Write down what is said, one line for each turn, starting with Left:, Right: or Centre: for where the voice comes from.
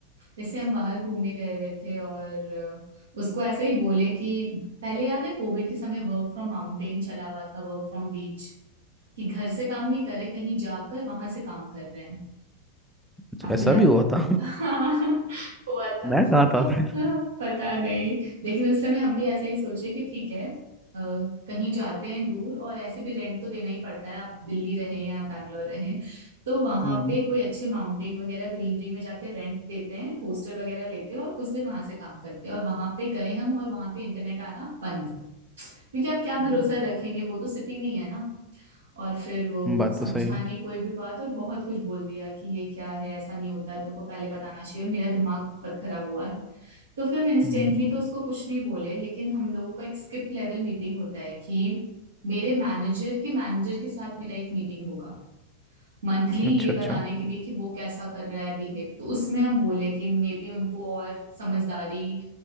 Right: जैसे हम बाहर घूमने गए हुए थे और अ, उसको ऐसा ही बोले कि पहले याद है कोविड के समय वर्क फ्रॉम माउंटेन चला हुआ था वर्क फ्रॉम बीच कि घर से काम नहीं करे कहीं जाकर वहां से काम कर रहे हैं
Centre: अच्छा,
Right: आपको
Centre: ऐसा
Right: याद
Centre: भी हुआ था
Right: <laughs>
Centre: <laughs>
Right: हाँ हुआ था
Centre: मैं कहा
Right: तो
Centre: था
Right: अ,
Centre: फिर
Right: पता नहीं लेकिन उस समय हम भी ऐसा ही सोचे कि ठीक है अ, कहीं जाते हैं दूर और ऐसे भी रेंट तो देना ही पड़ता है आप दिल्ली रहें या बैंगलोर रहें तो वहां
Centre: हम्म
Right: पे कोई अच्छे माउंटेन वगैरह ग्रीनरी में जाके रेंट देते हैं हॉस्टल वगैरह लेते हैं और कुछ दिन वहां से काम करते हैं और वहां पे गए हम और वहां पे इंटरनेट आना बंद क्योंकि आप क्या भरोसा रखेंगे वो तो सिटी नहीं है ना और फिर वो
Centre: <laughs> बात
Right: समझा
Centre: तो सही है
Right: नहीं कोई भी बात और बहुत कुछ बोल दिया कि ये क्या है ऐसा नहीं होता है तुमको पहले बताना चाहिए और मेरा दिमाग बहुत खराब हुआ है तो फिर हम इंस्टेंटली
Centre: हम्म
Right: तो उसको कुछ नहीं बोले लेकिन हम लोगों का एक स्किप लेवल मीटिंग होता है कि मेरे मैनेजर के मैनेजर के साथ मेरा एक मीटिंग होगा मंथली ये
Centre: अच्छा
Right: बताने
Centre: अच्छा
Right: के लिए कि वो कैसा कर रहा है बिहेव तो उसमें हम बोले कि मे बी उनको और समझदारी